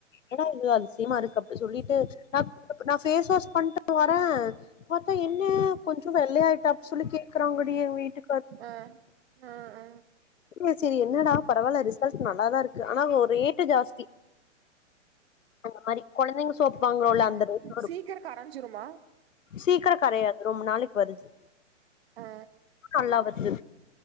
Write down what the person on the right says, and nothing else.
அ அ அ
ஆமா
சீக்கிர கரஞ்சிருமா
ஆ